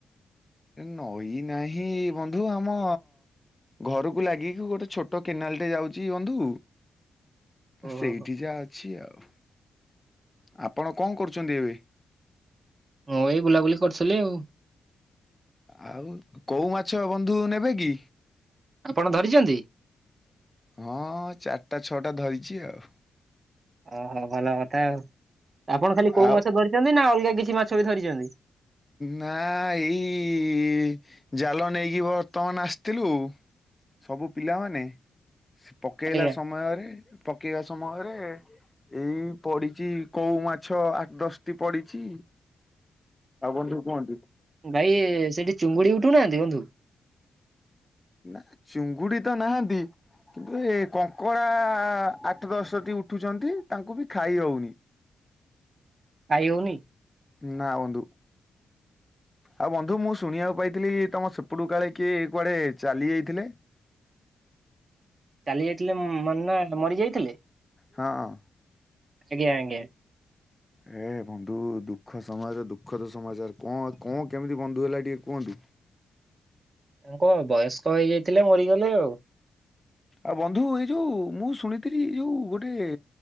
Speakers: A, on the left; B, on the right.
A: ନଈ ନାହିଁ ବନ୍ଧୁ ଆମ ଘରକୁ ଲାଗିକି ଗୋଟେ ଛୋଟ କେନାଲ୍ ଟେ ଯାଉଛି, ବନ୍ଧୁ।
B: <inaudible> ଓହୋ
A: ସେଇଠି ଯାହା ଅଛି ଆଉ। ଆପଣ କଣ କରୁଛନ୍ତି ଏବେ?
B: ହଁ ଏଇ ବୁଲାବୁଲି କରିୁଥିଲି ଆଉ।
A: ଆଉ କୋଉ ମାଛ ବନ୍ଧୁ ନେବେ କି?
B: ଆପଣ ଧରିଛନ୍ତି?
A: ହଁ ଚାରିଟା ଛଅଟା ଧରିଛି ଆଉ
B: ଓହୋ ଭଲ କଥା ଆଉ। ଆପଣ ଖାଲି କୋଉ
A: ଆଉ
B: ମାଛ ଧରିଛନ୍ତି। ନା ଅଲଗା କିଛି ମାଛ ବି ଧରିଛନ୍ତି?
A: ନାଆଁ ଏଇ ଜାଲ ନେଇକି ବର୍ତ୍ତମାନ ଆସିଥିଲୁ। ସବୁ ପିଲାମାନେ ପକେଇଲା
B: ଆଜ୍ଞା
A: ସମୟରେ, ପକେଇବା ସମୟରେ ଏଇ ପଡିଛି କୋଉ ମାଛ ଆଠ୍ ଦଶଟି ପଡିଛି।
B: <inaudible>
A: ଆଉ କଣ ଠୁ କୁହନ୍ତି
B: ଭାଇ ସେଇଠି ଚୁଙ୍ଗୁଡି ଉଠୁନାହାନ୍ତି ବନ୍ଧୁ
A: ନା, ଚିଙ୍ଗୁଡି ତ ନାହାନ୍ତି କିନ୍ତୁ ଏ କଙ୍କଡ଼ା ଆଠ ଦଶଟି ଉଠୁଛନ୍ତି, ତାଙ୍କୁ ବି ଖାଇ ହଉନି।
B: ଖାଇ ହେଉନି?
A: ନା, ବନ୍ଧୁ।
B: <inaudible>
A: ଆଉ ବନ୍ଧୁ ମୁଁ ଶୁଣିବାକୁ ପାଇଥିଲି, ତମ ସେପଟୁ କାଳେ କିଏ କୁଆଡେ ଚାଲି ଯାଇଥିଲେ।
B: ଚାଲି ଯାଇଥିଲେ ମାନେ ମରି ଯାଇଥିଲେ?
A: ହଁ,
B: ଆଜ୍ଞା! ଆଜ୍ଞା
A: ଏ ବନ୍ଧୁ ଦୁଃଖ ସମାଜ, ଦୁଃଖ ତ ସମାଚାର, କଣ କଣ କେମିତି ବନ୍ଧୁ ହେଲା ଟିକେ କୁହନ୍ତୁ?
B: ତାଙ୍କ ବୟସ୍କ ହେଇଯାଇଥିଲେ ମରିଗଲେ ଆଉ।
A: ଆଉ ବନ୍ଧୁ ଏଇ ଯୋଉ ମୁଁ ଶୁଣିଥିଲି, ଏ ଯୋଉ ଗୋଟେ